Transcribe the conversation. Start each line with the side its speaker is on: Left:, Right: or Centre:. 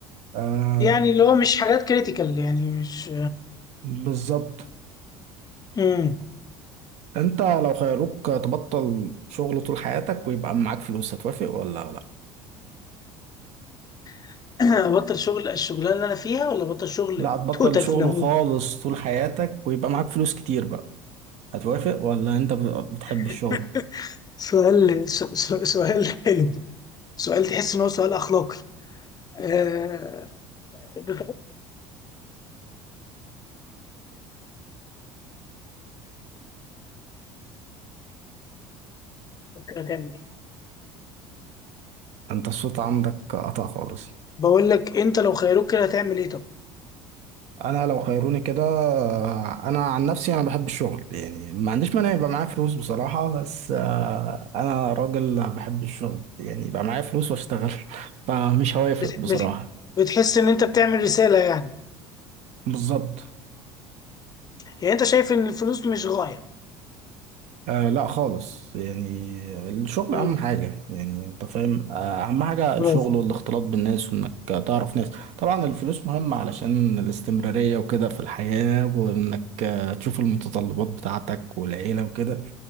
Right: آه
Left: يعني اللي هو مش حاجات كريتيكال يعني مش
Right: بالظبط
Left: امم
Right: انت لو خيروك تبطل شغل طول حياتك ويبقى معاك فلوس هتوافق ولا لا
Left: <clears throat> ابطل شغل الشغلانه اللي انا فيها ولا ابطل شغل
Right: لا هتبطل
Left: توتال
Right: شغل
Left: في العموم
Right: خالص طول حياتك ويبقى معاك فلوس كتير بقى هتوافق ولا انت ب- بتحب الشغل
Left: <laughs> سؤال سؤ- سؤ- سؤال حلو سؤال تحس ان هو سؤال اخلاقي أه... بفكر هتعمل ايه
Right: انت الصوت عندك قطع خالص
Left: بقول لك انت لو خيروك كده هتعمل ايه طب
Right: انا لو خيروني كده انا عن نفسي انا بحب الشغل يعني ما عنديش مانع يبقى معايا فلوس بصراحة بس آه، انا راجل بحب الشغل يعني يبقى معايا فلوس واشتغل <laughs> فمش هوافق
Left: بت...
Right: بصراحة
Left: بت... بتحس ان انت بتعمل رسالة يعني
Right: بالظبط
Left: يعني انت شايف ان الفلوس مش غاية
Right: آه لا خالص يعني الشغل
Left: امم
Right: اهم حاجة يعني انت فاهم آه اهم حاجة الشغل
Left: برافو
Right: والاختلاط بالناس وانك تعرف ناس طبعا الفلوس مهمة علشان الاستمرارية وكده في الحياة وانك آه، تشوف المتطلبات بتاعتك والعيلة وكده